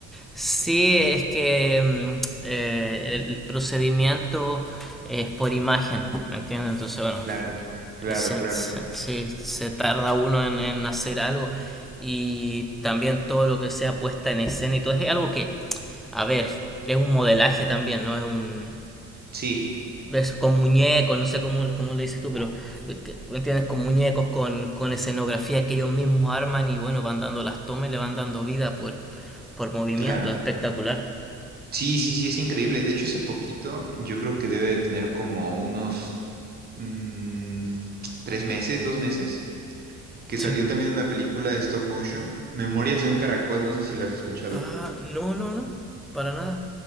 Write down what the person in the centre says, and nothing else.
Sí, es que mm, eh, el el procedimiento es por imagen, ¿me entiendes? Entonces, bueno,
eh, se,
se- sí, se tarda uno en, en hacer algo y también todo lo que sea puesta en escena y todo es algo que, a ver, es un modelaje también, ¿no? Es un...
Es con muñecos, no sé cómo, cómo le dices tú, pero eh, que- ¿me entiendes? Con muñecos, con, con escenografía que ellos mismos arman y bueno, van dando las tomas y le van dando vida por, por movimiento,
es espectacular.
Sí.
Ah, no, no, no. Para nada.